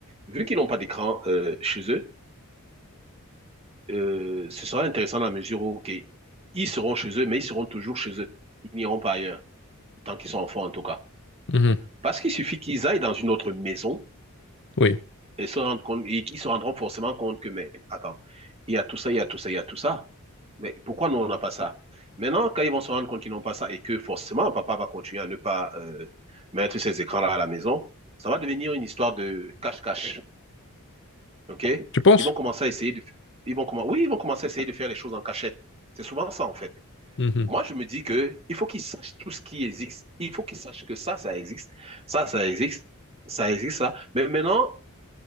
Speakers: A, on the right (about 30°); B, on the left (about 55°).
A: vu qu'ils n'ont pas d'écran euh, chez eux, euh, ce sera intéressant à la mesure où, OK, ils seront chez eux, mais ils seront toujours chez eux. Ils n'iront pas ailleurs, tant qu'ils sont enfants en tout cas.
B: Mhm.
A: Parce qu'il suffit qu'ils aillent dans une autre maison
B: Oui.
A: et se rendent compte, et ils se rendront forcément compte que, mais attends, il y a tout ça, il y a tout ça, il y a tout ça. Mais pourquoi nous, on n'a pas ça? Maintenant, quand ils vont se rendre compte qu'ils n'ont pas ça et que forcément, papa va continuer à ne pas euh, mettre ces écrans-là à la maison, ça va devenir une histoire de cache-cache. OK?
B: Tu penses?
A: Ils vont commencer à essayer de. Ils vont comm- Oui, ils vont commencer à essayer de faire les choses en cachette. C'est souvent ça, en fait.
B: Mhm.
A: Moi, je me dis que il faut qu'ils sachent tout ce qui existe. Il faut qu'ils sachent que ça, ça existe. Ça, ça existe. Ça existe, ça. Mais maintenant,